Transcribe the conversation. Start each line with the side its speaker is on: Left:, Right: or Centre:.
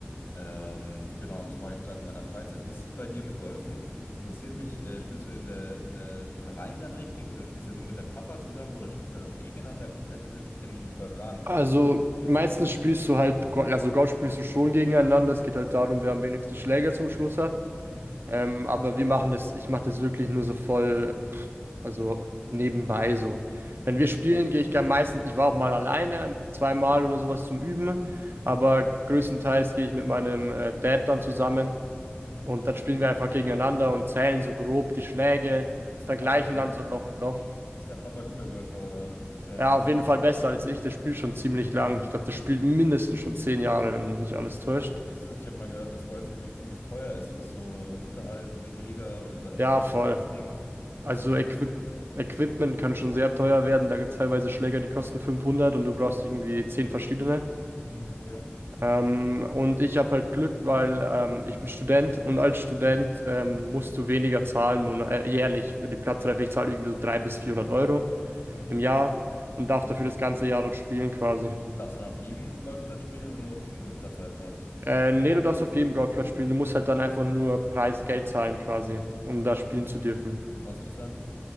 Left: Ähm, genau, das mache ich gerade in meiner Freizeit. Wie ist es bei dir mit Golfen? Das interessiert mich. Äh, spielst du in der, in der, im Verein dann richtig oder spielst du ja nur mit deinem Papa zusammen oder spielt man da so gegeneinander, competitive? Ich kenne mich mit Golf gar nicht aus.
Right: Also
Left: Rissen.
Right: meistens spielst du halt, Go- also Gott spielst du schon gegeneinander. Es geht halt darum, wer am wenigsten Schläger zum Schluss hat.
Left: Mhm.
Right: Ähm, aber wir machen das, ich mache das wirklich nur so voll, pff, also nebenbei so.
Left: Mhm.
Right: Wenn wir spielen, gehe ich gern meistens, ich war auch mal alleine, zweimal oder sowas zum Üben,
Left: Mhm.
Right: aber größtenteils gehe ich mit meinem äh, Dad dann zusammen
Left: Mhm.
Right: und
Left: Okay.
Right: dann spielen wir einfach gegeneinander und zählen so grob die Schläge,
Left: Ist
Right: vergleichen
Left: dein Papa,
Right: dann so Loch und Loch.
Left: ist dein Papa guter Golfer oder ist er
Right: Ja,
Left: lang?
Right: auf jeden Fall besser als ich. Der spielt schon ziemlich lang. Ich glaube, der spielt
Left: Mhm.
Right: mindestens schon zehn Jahre, wenn mich nicht alles täuscht.
Left: Wie ist das? Ich habe mal gehört, dass Golf irgendwie ziemlich teuer ist, was so Unterhalt und Schläger und dann
Right: Ja,
Left: so die
Right: voll.
Left: Platzding kostet
Right: Also
Left: das
Right: Equip
Left: viel.
Right: Equipment kann schon sehr teuer werden. Da gibt es teilweise Schläger, die kosten 500 und du brauchst irgendwie zehn verschiedene.
Left: Mhm. Okay.
Right: Ähm, und ich habe halt Glück, weil ähm, ich bin Student und als Student ähm, musst du weniger zahlen mona- äh, jährlich für die Platzreife. Ich zahle irgendwie so 300 bis 400 Euro
Left: Mhm.
Right: im Jahr und darf dafür das ganze Jahr dort spielen quasi.
Left: Darfst du dann auf jedem Golfplatz spielen oder nur auf dem, wo du Platzreife hast?
Right: Äh, nee, du darfst auf jedem Golfplatz spielen. Du musst halt dann einfach nur Preisgeld zahlen quasi, um da spielen zu dürfen.
Left: Wie viel kostet es dann?